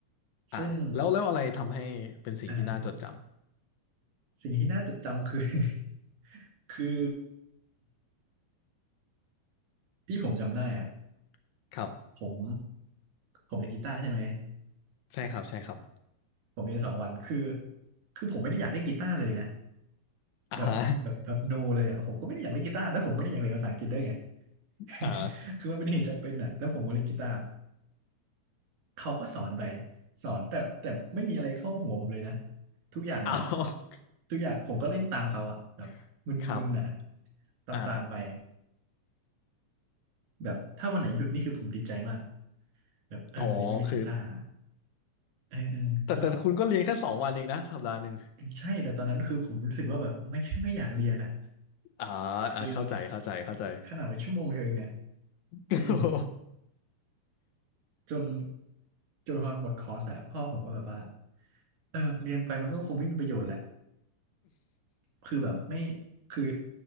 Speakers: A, on the left (about 75°); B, on the right (about 75°).
A: อ่าแล้วแล้วอะไรทำให้เป็นสิ่งที่น่าจดจ
B: ซึ่งอ่าสิ่งที่น่าจดจำคือ <laughs> คือ <clears throat> ที่ผมจำได้อ่ะ
A: ำครับ
B: ผมผมเล่นกีตาร์ใช่ไหม
A: ใช่ครับใช่ครับ
B: ผมเรียนสองวันคือ คือผมไม่ได้อยากเล่นกีตาร์เลยนะ
A: อ่าฮะ
B: แบบแบบแบบโนเลยอ่ะผมก็ไม่ได้อยากเล่นกีตาร์แล้วผมก็ไม่ได้อยากเรียนภาษาอังกฤษด้วยไง
A: <laughs>
B: <laughs>
A: อ่า
B: คือมันเป็นเหตุจำเป็นอ่ะแล้วผมก็เล่นกีตาร์เขาก็สอนไปสอนแต่แต่ไม่มีอะไรเข้าหัวผมเลยนะทุกอย่างแบบ
A: เอา
B: ทุกอย่างผมก็เล่นตามเขาอ่ะแบบมึนๆอ่ะ
A: <laughs> ครับ
B: ตามๆไป
A: อ่า
B: แบบถ้าวันไหนหยุดนี่คือผมดีใจมากแบบเออวันนี้ไม่เล่นกีตาร์
A: อ๋อคือ
B: เออเออก็
A: แต่แต่คุณก็เรียนแค่สองวันเองนะสัปดาห์หนึ่ง
B: ใช่แต่ตอนนั้นคือผมรู้สึกว่าแบบไม่ <laughs> ไม่อยากเรียนอ่ะ
A: อ่า
B: คือมัน
A: อ่าเข้าใจเข้าใจเข้าใจ
B: ขนาดว่าชั่วโมงเดียวเองเนี่ย
A: <laughs>
B: อืมจนจนพอมันหมดคอร์สอะพ่อผมก็แบบว่าเออเรียนไปมันก็คงไม่มีประโยชน์แหละคือแบบไม่คือ